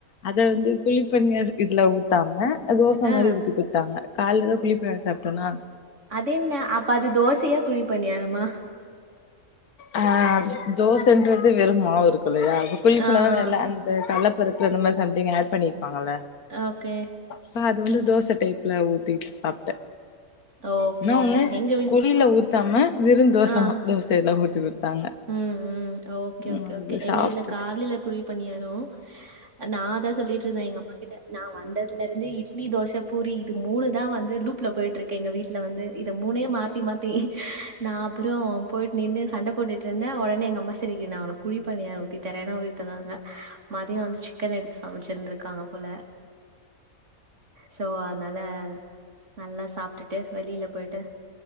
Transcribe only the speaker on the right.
ஆ
அதென்ன அப்ப அது தோசையா குழி பணியாரமா
ஆ ஆ
ஓகே
ஓகே
எங்க வீ
ஆ
ம் ம் ஓகே
ஓகே
ஓகே எங்க
வீட்ல காலையில குழி பணியாரோ நா அதா சொல்லிட்ருந்தே எங்கம்மா கிட்ட நா வந்ததுலருந்து இப் இட்லி தோச பூரி இது மூணு தான் வந்து லூப்ல போயிட்ருக்கு எங்க வீட்டுல வந்து இத மூணே மாத்தி மாத்தி நா அப்பறோ போயிட் நின்னு சண்ட போட்டுட்ருந்த உடனே எங்கம்மா சிரக்கு ஒடனே நா உனக்கு குழி பணியார ஊத்து தரேன்னு ஊத்திதந்தாங்க மதிய வந்து சிக்கன் எடுத்து சமைச்சிருந்தருக்காங்க போல சோ அதனால நல்லா சாப்ட்டுட்டு வெளியில போயிட்டு